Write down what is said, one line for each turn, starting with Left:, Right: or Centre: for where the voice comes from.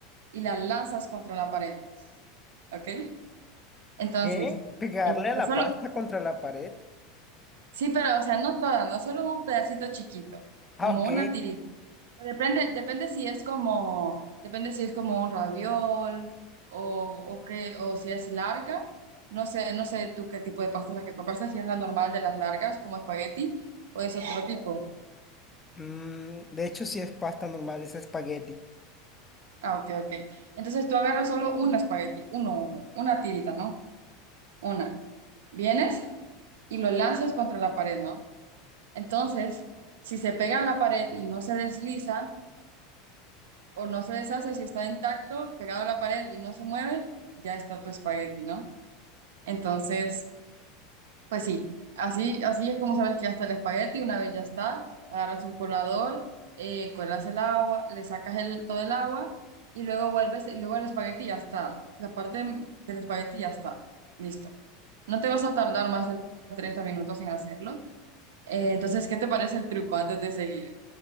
Right: y la lanzas contra la pared, ¿ok? Entonces,
Left: ¿Eh? Pegarle
Right: eh, pero
Left: a la
Right: solo,
Left: pasta contra la pared.
Right: sí, pero, o sea, no toda, no solo un pedacito chiquito,
Left: Ah,
Right: como
Left: ok.
Right: una tirita. Depende, depende si es como, depende si es como un raviol o, o qué, o si es larga. No sé, no sé tú qué tipo de pasta es la que compras, si es la normal de las largas, como espagueti, o es otro tipo.
Left: Mm, de hecho, sí es pasta normal, es espagueti.
Right: Ah, ok, ok. Entonces tú agarras solo un espagueti, uno, uno, una tirita, ¿no? Una. ¿Vienes? y lo lanzas contra la pared, ¿no? Entonces, si se pega a la pared y no se desliza o no se deshace, si está intacto, pegado a la pared y no se mueve, ya está tu espagueti, ¿no? Entonces, pues sí, así, así es como sabes que ya está el espagueti, una vez ya está, agarras un colador, eh, cuelas el agua, le sacas el, todo el agua y luego vuelves, y luego el espagueti ya está, la parte del espagueti ya está, listo. No te vas a tardar más de 30 minutos en hacerlo. Eh, entonces, ¿qué te parece el truco antes de seguir?